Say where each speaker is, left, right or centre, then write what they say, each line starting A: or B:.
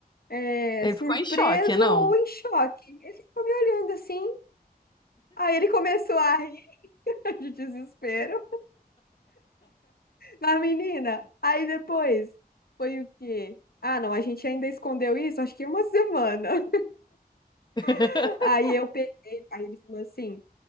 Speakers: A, on the left; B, on the left.
A: é,
B: ele
A: surpreso
B: ficou em choque, não?
A: ou em choque. Ele ficou me olhando assim, aí ele começou a rir <laughs> de desespero da menina. Aí depois, foi o quê? Ah, não, a gente ainda escondeu isso, acho que uma semana.
B: <laughs>
A: <laughs> Aí eu peguei, aí ele falou assim,